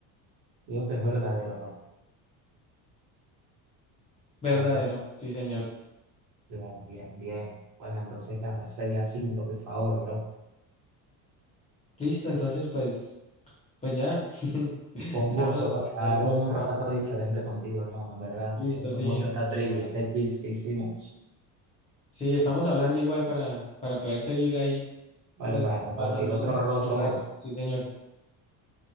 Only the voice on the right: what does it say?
Digo que es verdadero, bro.
A ver,
bien, bien, bien. Bueno, entonces ganó 6 a 5, por favor, bro.
Fue un
gusto
pasar
un
rato diferente contigo, hermano, en verdad.
Me gustó
mucho esta
trivia, este quiz que hicimos.
Vale,
para compartir
otro
roto.